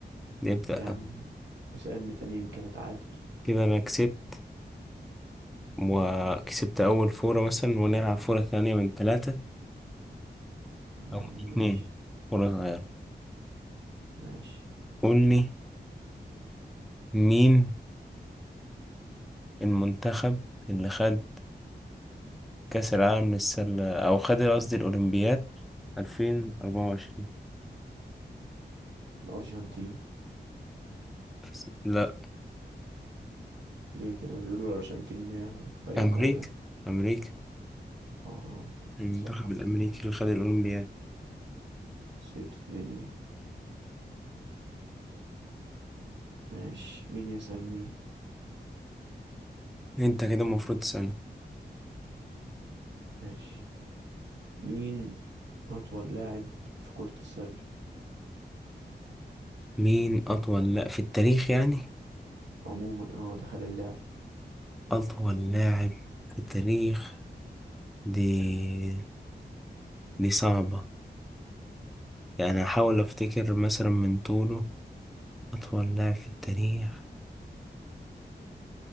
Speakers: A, in the centre; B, on the right.
A: نبدأ
B: يا عم اسألني تاني يمكن أتعادل
A: كده أنا كسبت وكسبت أول فورة مثلا ونلعب فورة تانية من ثلاثة
B: يا
A: أو من
B: عم ماشي
A: اتنين فورة صغيرة
B: ماشي
A: قول لي مين المنتخب اللي خد كأس العالم للسلة أو خد قصدي الأولمبياد 2024
B: الأرجنتين
A: كأس- لا
B: ليه كده بيقولوا الأرجنتين إن هي فريق
A: أمريكا
B: قوي يعني.
A: أمريكا
B: اه
A: المنتخب
B: سقط
A: الأمريكي اللي خد الأولمبياد
B: سقطت مني دي ماشي مين يسأل مين
A: أنت كده المفروض تسألني
B: ماشي مين أطول لاعب في كرة السلة
A: مين أطول لا في التاريخ يعني
B: عموما اه دخل اللعبة
A: أطول لاعب في التاريخ دي دي صعبة يعني أحاول أفتكر مثلا من طوله أطول لاعب في التاريخ